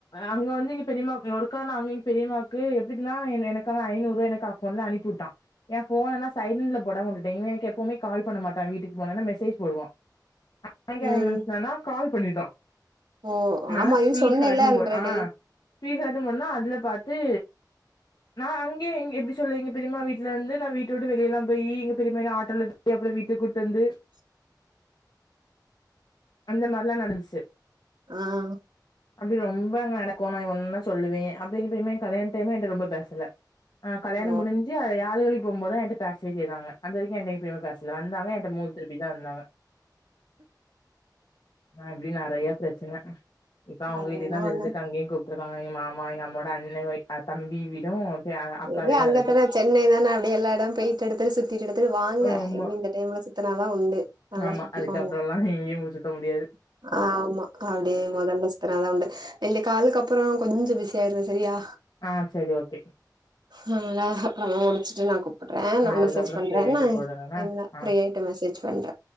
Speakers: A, on the left (about 70°); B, on the right (about 80°).
A: அங்க வந்து எங்க பெரியமாக்கு ஒருக்கானு அங்க எங்க பெரியமாக்கு எப்டின்னா என் எனக்காக ஐநூருபா எனக்கு பொண்ண அனுப்பிவுட்டா என் ஃபோனலா சைலன்ட்ல போடாம உட்டுட்டே இவே எனக்கு எப்பவுமே கால் பண்ண மாட்டா வீட்டுக்கு போனன்னா மெசேஜ் போடுவா
B: <inaudible>
A: <unintelligible> நெனச்சுட்டானா
B: ம்
A: கால் பண்ணிட்டா
B: ஓ
A: நா
B: ஆமா
A: ஸ்வீட்ஹாட்னு
B: இது சொன்னேல்ல ஆல்ரெடி
A: போ ஆ ஸ்வீட்ஹாட்னு போட்டனா அதுல பாத்து நா அங்கே இங்க எப்டி சொல்ல எங்க பெரிமா வீட்ல இருந்து நா வீட்ட வுட்டு வெளியலா போய் எங்க பெரியமா என்ன ஆட்டோல கேப்ல வீட்டு கூட்டு வந்து
B: <inaudible>
A: அந்த மார்லா நடந்துச்சு
B: ம்
A: அப்டி ரொம்ப அங்க நடக்கு நா ஒன்னு சொல்லுவே அப்டிங்குமே கல்யாண டைம் என்ட ரொம்ப பேசல ஆ கல்யாணம்
B: ஓ
A: முடிஞ்சி அவ யாழுகளி போபோது தா என்ட்ட பேசவே செய்தாங்க அது வரைக்கு என்ட்ட பேச வந்தாங்க என்ட மூஞ்ச திருப்பிதா இந்தாங்க இப்டி நறைய பிர ச்சன இப்ப அவங்க
B: அதெல்லா
A: வீட்டுக்குதா விருந்துக்கு
B: ஒண்ணு
A: அங்கயு கூப் டுருக்காங்க எங்க மாமா எங்க அம்மோட அண்ணே தம்பி வீடு அ அக்கா
B: ஏ
A: வீடு
B: அங்க
A: இருக்கு
B: தான சென்னை தான அப்டி எல்லா இடம் போயிட்டு எடுத்துடு சுத்திட்டு எடுத்துட்டு வாங்க
A: ஆமா
B: இந்த டைம்ல சுத்தனாதா உண்டு நல்லா
A: ஆமா
B: சுத்திக்கோங்க
A: அதுக்கப்றோல்லா எங்கயு மூச்சு குத்த முடியாது
B: ஆமா அப்டியே முதல்ல சுத்தன தா உண்டு இந்த காலுக்கு அப்பறோ கொஞ்ச பிஸி ஆயிருவே சரியா
A: ஆ செரி ஓகே
B: ஹலோலா அப்பறமா முடிச்சிட்டு நா கூப்புடுறே நா
A: ஆ அதுக்கப்றோ
B: மெசேஜ் பண்றே
A: ஃப்ரீ ஆயிட்டு
B: நா
A: கூப்டுங்க
B: என்ன
A: ஆ
B: ஃப்ரீயாயிட்டு மெசேஜ் பண்ற